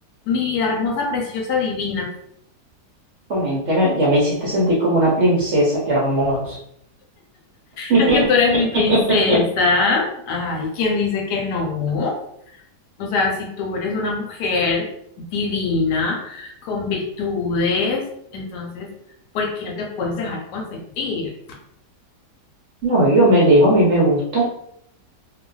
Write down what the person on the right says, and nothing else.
Coménteme, ya me hiciste sentir como una princesa, qué hermoso. <laughs>
No, yo me dejo, a mí me gusta.